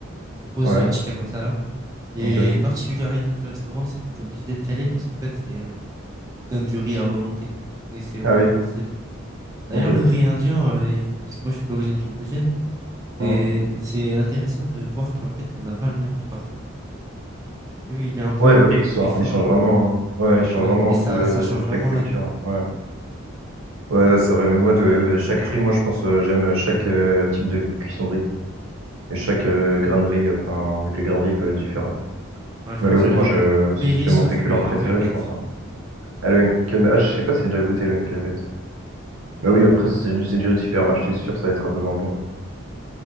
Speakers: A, on the right; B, on the right.
A: Il propose
B: ouais,
A: le tikka masala. Et
B: ok.
A: particularité de ce restaurant, c'est que tu es obligé d'être calé parce qu'en fait, c'est un... ils te donnent du riz à volonté. Et c'est vraiment,
B: Ah oui,
A: c'est bon.
B: ok.
A: D'ailleurs, le riz indien, euh, il- parce que moi, je suis d'origine cambodgienne, c'est
B: Mm.
A: c'est intéressant de voir qu'en fait, on n'a pas le même riz partout. Eux, il est un peu
B: Ouais, le riz,
A: long
B: il change
A: et fin.
B: il change vraiment. hein. Ouais, il change
A: Ouais,
B: vraiment
A: et
B: entre
A: ça,
B: euh,
A: ça
B: de-
A: change vraiment
B: chaque culture.
A: la donne.
B: Ouais, ouais, ouais, c'est vrai. Mais moi, de, chaque riz, moi, je pense, euh, j'aime chaque euh, type de cuisson de riz. Et chaque euh, grain de riz, enfin, vu que les grains de riz peuvent être différents.
A: Ouais, je
B: Mais
A: pense
B: le riz,
A: que
B: moi,
A: j'aime
B: je,
A: tous les riz
B: c'est
A: sauf
B: mon féculent
A: le
B: préféré,
A: Uncle Ben's.
B: je pense. hein. Ah, le Henkel Ben- ah, je sais pas si j'ai déjà goûté le Henkel Benz. Mais oui, après, c'est du, c'est du riz de supermarché, c'est sûr, ça va être un peu moins bon.